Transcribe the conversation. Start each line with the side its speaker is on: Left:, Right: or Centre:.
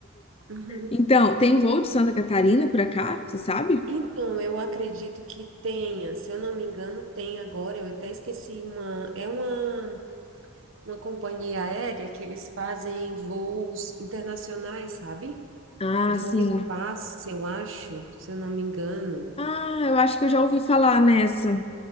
Right: Uhum.
Left: Então, tem voo de Santa Catarina pra cá, você sabe?
Right: Então, eu acredito que tenha, se eu não me engano, tem agora, eu até esqueci uma, é uma, uma companhia aérea que eles fazem voos internacionais, sabe?
Left: Ah,
Right: Voo
Left: sim.
Right: e passe, eu acho, se eu não me engano.
Left: Ah, eu acho que eu já ouvi falar nessa.